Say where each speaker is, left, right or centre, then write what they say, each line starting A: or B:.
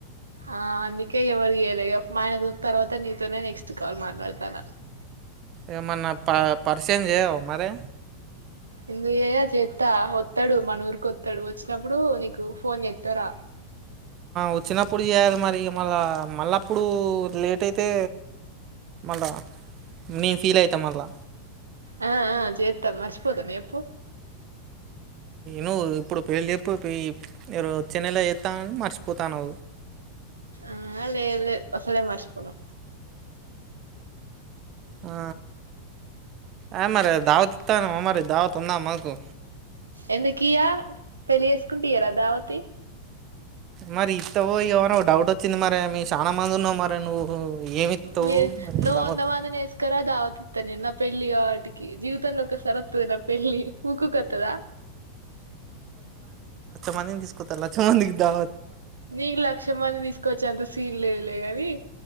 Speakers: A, on the right (about 80°); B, on the right (about 35°).
A: ఆ అందుకే ఎవరి చేయలే మాయన తర్వాత నీతోనే నెక్స్ట్ కాల్ మాట్లాడతాన అ
B: ఏమన్నా ప పరిచయం చెయ్యవా మరే
A: ఎందుకు అయా చేత్తా వత్తాడు మన ఊరుకి వత్తాడు వచ్చినప్పుడు నీకు ఫోన్ ఎత్తార
B: వచ్చినప్పుడు చేయాలి మరి ఇక మళ్ళా మళ్ళప్పుడు లేట్ అయితే మళ్ళా నేను ఫీల్ అవుతా మళ్ళా
A: ఆ ఆ చేతాను మర్చపోత నా చెప్పు
B: ను్వు ఇప్పుడు పెళ్ళి చెప్పి ఒచ్చిన్నెల చేేస్తానుని మర్చిపోతాను
A: ఆ లేదు లేదు అస్సలే మర్చిపోను
B: ఆ అ మరి దావతి ఇస్తానావ మరి దావతు ఉందా మాకు
A: ఎందుకు ఇయా పెళ్లి చేేసుకుంతే ఇయ్యరా దావతి
B: మరి ఇస్టావో ఎయ్యవో డౌట్ వచ్చింది మరి మ చాలా మంది ఉన్నావు మరి నువ్వు ఏమి ఇస్తావు
A: మీరు
B: మరి దావత్
A: వందమంది నేస్కరా దావత తని పెళ్ళి కాబట్టి కి జీవితమల ఒక్కసారిక వస్తది పెళ్లి ఊకు వస్తద
B: మ తీసుకోతారా చ మందికి దావ
A: నీకు లక్ష్యమంది నీ తీసుకొచ్చి అంత సీన్ లేదు లే కాని